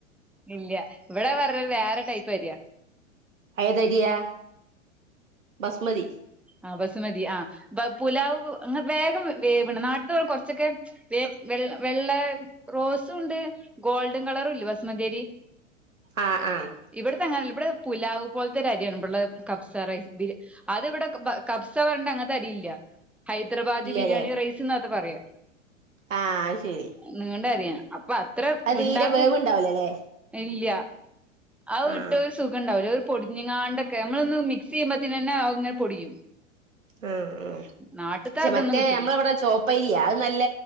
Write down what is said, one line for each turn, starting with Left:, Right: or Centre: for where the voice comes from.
Centre: ഇല്ല്യ ഇവിടെ വെർണത് വേറെ ടൈപ്പ് അരിയാ
Right: ഏത് അരിയാ ബസ്മതി
Centre: ആഹ് ബസുമതി ആഹ് ബ പുലാവ് അങ്ങന വേഗം വേവണ് നാട്ടത്തെ പറഞ കുറച്ചൊക്കെ വെ വെള്ള വെള്ള റോസും ഉണ്ട് ഗോൾഡൻ കളറും ഇല്ലെ ബസുമതിഅരി
Right: ആഹ് ആഹ്
Centre: ഇവിടത്തെ അങ്ങനെ അല്ല ഇവിടെ പുലാവ് പോലത്തെ ഒരു അരിയാണ് ഇവിടെ കബ്സ റൈസ് ബിരി അത് ഇവിടെ ക് ബ കബ്സ പറഞ്ഞിട്ട് അങ്ങനത്തെ അരിയില്ല ഹൈദരാബാദി
Right: ഇല്ലല്ലേ
Centre: ബിരിയാണി റൈസ് ന്നാ അത് പറയാ
Right: ആഹ് അത് ശരി
Centre: നീണ്ട അരിയ അപ്പൊ അത്ര
Right: അത് തീരെ
Centre: ഇണ്ടാക്കും
Right: വേവുണ്ടാവൂലല്ലേ
Centre: ഇല്യ അത്
Right: ആഹ്
Centre: ഇട്ട് സുഖം ഇണ്ടാവില്ല ഒരു പൊടിഞ് ങ്ങാണ്ടൊക്കെ നമ്മളൊന്ന് മിക്സ് ചെയ്യുമ്പത്തിനനെ അത് ഇങ്ങനെ പൊടിയും
Right: ആഹ് ആഹ്
Centre: നാട്ടിത്തെ
Right: പക്ഷെ
Centre: അതൊന്നും
Right: മറ്റേ
Centre: കിട്ടൂല
Right: നമ്മളവടെ ചോപ്പരിയാ അത് നല്ല